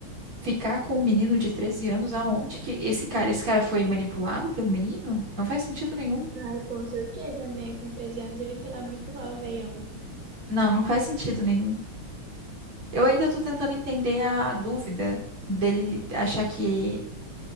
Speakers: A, on the right; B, on the right.
A: ficar com um menino de 13 anos, aonde que esse cara, esse cara foi manipulado pelo menino? Não faz sentido nenhum.
B: Ai, com certeza, né? Com treze anos ele foi lá manipular o veião.
A: Não, não faz sentido nenhum. Eu ainda tô tentando entender a dúvida dele achar que